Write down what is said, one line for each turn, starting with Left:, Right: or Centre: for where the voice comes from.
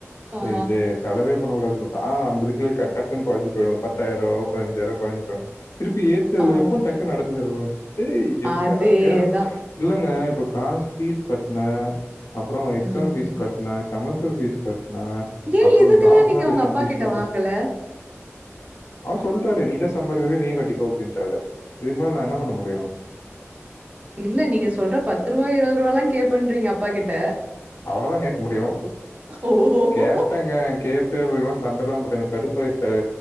Right: ஆ
Left: இதே செலவே பண்ணக்கூடாதுன் பாத்தா ஆ அம்பதுக்கு கிழ ச டக்குன்னு கொறஞ்சு பொயிரு ஒர் பத்தாயிரொ பதினஞ்சாயிரொ கொறஞ்சுரு திருப்பி ஏத்திஅதுல
Right: ஆ
Left: வெப்போ டக்குனு அடுத்த செலவு வந்துரு டேய் என்னடா
Right: அதேதா
Left: ஏன்னா இல்லங்க இப்ப காஸ் ஃபீஸ் கட்ன அப்ற எக்ஸாம்
Right: ம்
Left: ஃபீஸ் கட்ன செமஸ்டர் ஃபீஸ் கட்ன
Right: ஏ
Left: அப்பற
Right: இதுக்கெல்லா
Left: டாக்குமெண்ட்டேஷன்
Right: நீங்க உங்க அப்பா
Left: பீஸ்ல்லா
Right: கிட்ட
Left: கட்
Right: வாங்கல
Left: அவுர் சொல்டாரே நீ தா சம்பாரிக்கிர நீயே கட்டிக்கோ அப்டின்டாரு இதுக் மேல நா என்னா பண்ண முடியு
Right: இல்ல நீங்க சொல்ற பத்துருவா இருவதுரூவால்லா கேப்பண்றீங்க அப்பாகிட்ட
Left: அவ்ளதா கேக் முடியு
Right: ஓஹோ
Left: கேட்டங்க கேட்டு இதுக்கு லா சண்டலா போட்டு எனக்கு கடுப் போயிட்ச்சு அது